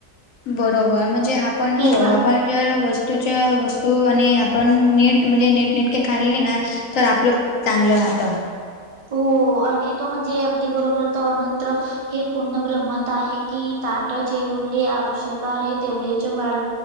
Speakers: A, on the left; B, on the right.
A: बरोबर म्हणजे आपण
B: हिरवा
A: हो आपण जर वस्तूच्या वस्तू आणि आपण नीट म्हणजे नीट नेटके खाल्ले ना तर आपल चांगल राहत.
B: हो आणि तो म्हणजे अगदी बरोबर त अनंतर हे पुूर्ण भ्रमत आहे की ताट जेवढे आवश्यक आहे तेवढेच वाढ